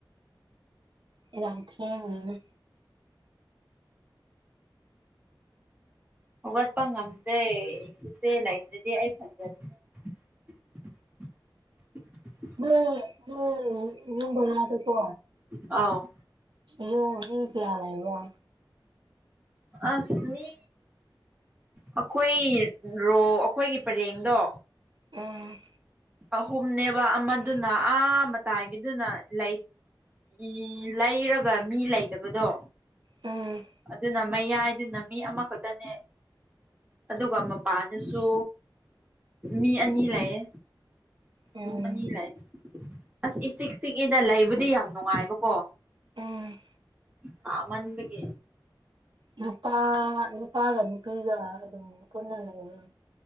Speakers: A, on the right (about 70°); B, on the right (about 20°).
A: ꯑꯦꯂꯥ꯭ꯔꯝ ꯊꯦꯡꯉꯦꯅꯦ
B: ꯍꯧꯒꯠꯄ ꯉꯝ ꯗꯦ ꯏꯆꯦ ꯂꯩꯇ꯭ꯔꯗꯤ ꯑꯩ ꯐꯖ <unintelligible> <inaudible>
A: ꯎꯝ ꯎꯝ ꯅꯪ ꯕꯣꯂꯥꯗ ꯀꯣ
B: ꯑꯧ
A: ꯌꯣ ꯃꯤ ꯀꯌꯥ ꯂꯩꯕ꯭ꯔꯥ
B: ꯑꯁ ꯃꯤ ꯑꯩꯈꯣꯏ ꯔꯣ ꯑꯩꯈꯣꯏꯒꯤ ꯄꯔꯦꯡꯗꯣ
A: ꯎꯝ
B: ꯑꯍꯨꯝꯅꯦꯕ ꯑꯃꯗꯨꯅ ꯑꯥ ꯃꯇꯥꯏꯒꯤꯗꯨꯅ ꯂꯩ ꯏ ꯂꯩꯔꯒ ꯃꯤ ꯂꯩꯇꯕꯗꯣ
A: ꯎꯝ
B: ꯑꯗꯨꯅ ꯃꯌꯥꯏꯗꯨꯅ ꯃꯤ ꯑꯃꯈꯛꯇꯅꯦ ꯑꯗꯨꯒ ꯃꯄꯥꯥꯟꯗꯁꯨ ꯃꯤ ꯑꯅꯤ ꯂꯩꯌꯦ
A: ꯎꯝ
B: ꯔꯨꯝ ꯑꯅꯤ ꯂꯩ ꯑꯁ ꯏꯆꯤꯛ ꯆꯤꯛꯏꯗꯥ ꯂꯩꯕꯗꯤ ꯌꯥꯝ ꯅꯨꯡꯉꯥꯏꯕꯀꯣ
A: ꯎꯝ
B: ꯁꯥꯃꯟꯕꯒꯤ
A: ꯅꯨꯄꯥ ꯅꯨꯄꯥꯒ ꯅꯨꯄꯤꯒ ꯑꯗꯨꯝ ꯄꯨꯟꯅ ꯂꯩꯕ꯭ꯔꯣ